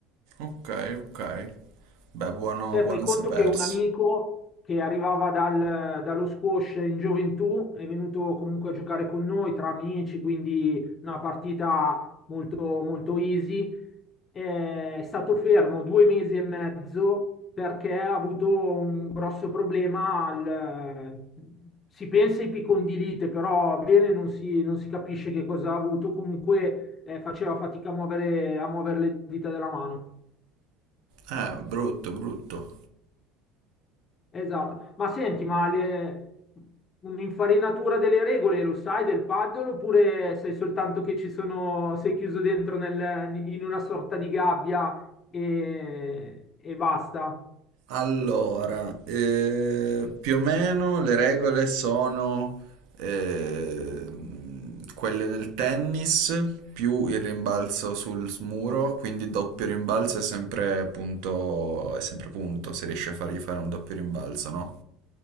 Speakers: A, on the right; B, on the left.
A: ok, ok. Beh, buono,
B: Te
A: buono
B: fai conto
A: a sapersi.
B: che un amico che arrivava dal- dallo squash in gioventù è venuto comunque a giocare con noi tra amici, quindi una partita molto, molto easy. Eh, È stato fermo due mesi e mezzo perché ha avuto un grosso problema al... Si pensa ai picondilite, però bene non si, non si capisce che cosa ha avuto. Comunque eh, faceva fatica a muovere, a muovere le dita della mano.
A: Eh, brutto, brutto.
B: Esatto, ma senti, ma le- un'infarinatura delle regole lo sai del paddle oppure sei soltanto che ci sono, sei chiuso dentro nel- in una sorta di gabbia e, e basta?
A: Allora, eh, più o meno le regole sono eh, quelle del tennis più il rimbalzo sul muro, quindi doppio rimbalzo è sempre punto, è sempre punto se riesci a fargli fare un doppio rimbalzo, no?